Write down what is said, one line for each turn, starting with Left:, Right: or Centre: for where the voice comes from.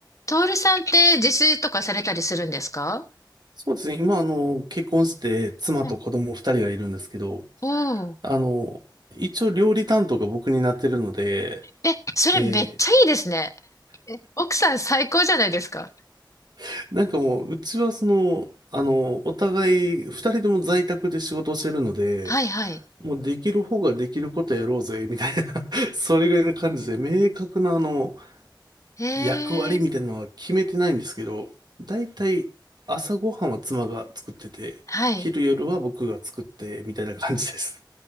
Left: トールさんって自炊とかされたりするんですか
Right: そうですね。今、あの、結婚して、妻と子供二人がいるんですけど、
Left: はいおおー。
Right: あの、一応料理担当が僕になってるので、
Left: え、それめっちゃいいですね。
Right: えー
Left: え、奥さん最高じゃないですか。
Right: <laughs> なんかもう、うちはその、あの、お互い、二人とも在宅で仕事をしてるので、
Left: はいはい。
Right: もうできる方ができることやろうぜ、みたいな <laughs> それぐらいの感じで、明確なあの、
Left: ええ
Right: 役割みたいなのは決めてないんですけど、だいたい朝ごはんは妻が作ってて、
Left: はい。
Right: 昼夜は僕が作って、みたいな感じです。